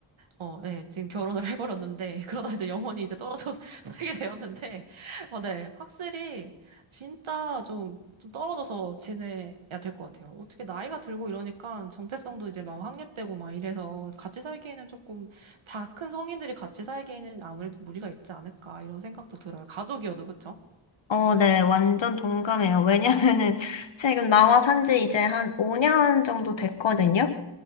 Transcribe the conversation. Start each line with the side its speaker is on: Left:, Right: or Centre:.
Right: 어, 네, 지금 결혼을 해버렸는데, <laughs> 그러다 이제 영원히 이제 떨어져 서 <laughs> 살게 되었는데, 어, 네, 확실히 진짜 좀, 좀 떨어져서 지내야 될 것 같아요. 어떻게 나이가 들고 이러니까 정체성도 이제 막 확립되고 막 이래서 같이 살기에는 조금 다 큰 성인들이 같이 살기에는 아무래도 무리가 있지 않을까 이런 생각도 들어요. 가족이어도, 그쵸?
Left: 어, 네, 완전 동감해요. 왜냐면은 <laughs> 지금 나와 산지 이제 한 5년 정도 됐거든요.